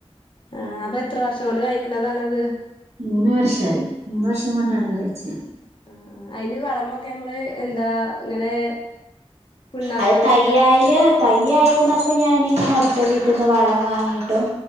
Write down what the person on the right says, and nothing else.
മൂന്ന് വർഷായി മൂന്ന് വർഷം കൊണ്ടാണ് കാഴ്ചെ
അത്
തയ്യായില്
തയ്യായിരുന്നപ്പൊ ഞാനിങ്ങനെ അടുത്ത വീട്ടിൽന്ന് വളം വാങ്ങിയിട്ടും